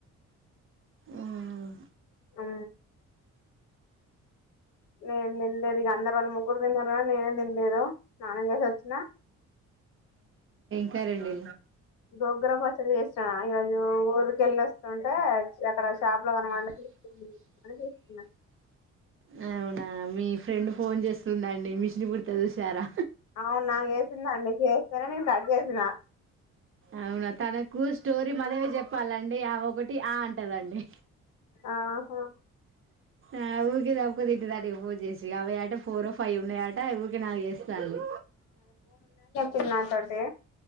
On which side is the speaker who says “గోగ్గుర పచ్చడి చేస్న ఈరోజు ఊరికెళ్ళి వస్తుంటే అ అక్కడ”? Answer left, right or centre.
Left